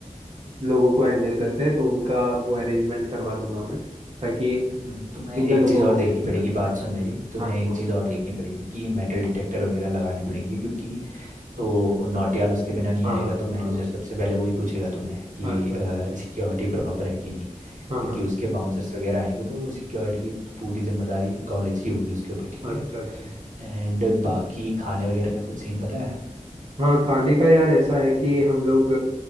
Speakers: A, on the right; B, on the right.
A: लोगों को हैंडल करते हैं तो उनका वो अरेंजमेंट करवा दूंगा मैं ताकि
B: हम्म,
A: सिंगल
B: तुम्हें एक
A: लोगों
B: चीज़ और
A: को कोई
B: देखनी
A: दिक्कत
B: पड़ेगी बात
A: नहीं आए।
B: सुन मेरी तुम्हें
A: हाँ
B: एक
A: बोल
B: चीज़ और देखनी पड़ेगी कि मेटल डिटेक्टर वगैरह लगाने पड़ेंगे क्योंकि वो नौटियाल उसके बिना नहीं
A: हाँ
B: आएगा तो मैनेजर
A: हाँ
B: सबसे पहले वही पूछेगा तुम्हें कि
A: हाँ अच्छा अच्छा
B: सिक्योरिटी प्रॉपर है कि नहीं
A: हाँ
B: क्योंकि
A: हाँ
B: उसके बाउंसर्स वगैरह आएंगे तो सिक्योरिटी की पूरी जिम्मेदारी कॉलेज की होगी उसके ऊपर ठीक
A: हाँ
B: है
A: अच्छा अच्छा
B: एंड बाकी खाने वगैरह का कुछ सीन पता है
A: हाँ खाने का यार ऐसा है कि हम लोग